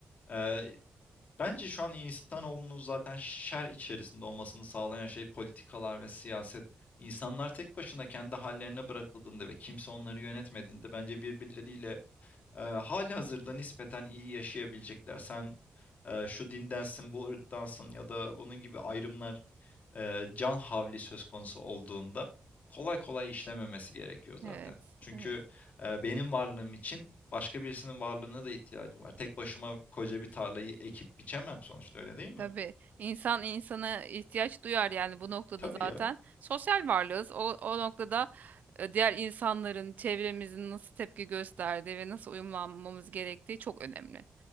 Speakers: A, on the left; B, on the right.
A: e, bence şu an insanoğlunun zaten şer içerisinde olmasını sağlayan şey politikalar ve siyaset. İnsanlar tek başına kendi hallerine bırakıldığında ve kimse onları yönetmediğinde bence birbirleriyle e, hali hazırda nispeten iyi yaşayabilecekler. Sen e, şu dindensin, bu ırktansın ya da bunun gibi ayrımlar eee, can havli söz konusu olduğunda kolay kolay işlememesi gerekiyor zaten.
B: Evet,
A: Çünkü
B: evet.
A: eee, benim varlığım için başka birisinin varlığına da ihtiyacım var. Tek başıma koca bir tarlayı ekip biçemem sonuçta öyle değil mi?
B: Tabii insan insana ihtiyaç duyar yani bu noktada
A: Tabii
B: zaten
A: ya.
B: sosyal varlığız. O, o noktada e, diğer insanların çevremizin nasıl tepki gösterdiği ve nasıl uyumlanmamız gerektiği çok önemli.